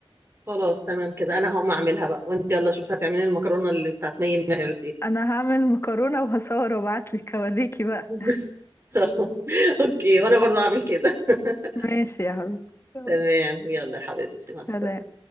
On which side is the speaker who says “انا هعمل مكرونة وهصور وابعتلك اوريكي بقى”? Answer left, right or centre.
Left